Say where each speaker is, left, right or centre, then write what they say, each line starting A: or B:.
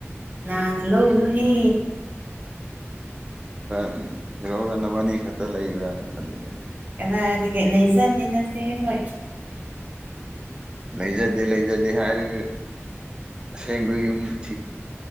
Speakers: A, on the right (about 40°); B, on the right (about 20°).
A: ꯂꯥꯅ ꯂꯧꯒꯅꯨꯍꯦ꯫
B: ꯎꯟ ꯍꯤꯔꯣꯒ ꯅꯕꯥꯅꯤ ꯈꯛꯇ ꯂꯩꯕ꯭ꯔꯥꯅ ꯈꯜꯂꯒ꯫
A: ꯀꯗꯥꯏꯗꯒꯤ ꯂꯩꯖꯗꯦꯅꯇꯦ ꯍꯣꯏ꯫
B: ꯂꯩꯖꯗꯦ ꯂꯩꯖꯗꯦ ꯍꯥꯏꯔꯒ ꯑꯁꯦꯡꯕ ꯌꯨꯝ ꯊꯤ